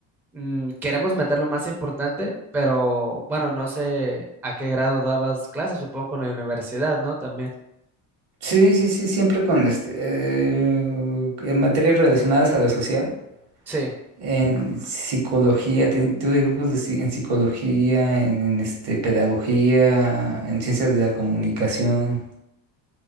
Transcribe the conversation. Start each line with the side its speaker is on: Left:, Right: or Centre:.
Centre: mm, queremos meter lo más importante, pero bueno, no sé a qué grado dabas clases, supongo con la universidad, ¿no? También.
Right: Sí, sí, sí, siempre con este eh, en materias relacionadas a lo social.
Centre: Sí,
Right: En psicología, te- tuve grupos de, psi- en psicología, en, este, pedagogía, en ciencias de la comunicación,